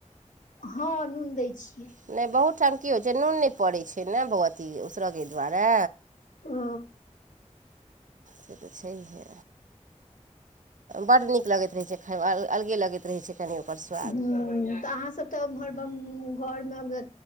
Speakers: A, on the left; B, on the right.
A: हँ नून दै छियै
B: नहि बहुत ठाम की होइ छै नून नहि पड़ैत छै ने अथी उसरयके दुआरे
A: ओ
B: से तऽ छैहे बड्ड नीक लगैत रहै छै खायमे अलगे लगैत रहै छै तनि <unintelligible>
A: हूंम्म तऽ अहाँ सब तऽ एमहर घरमेे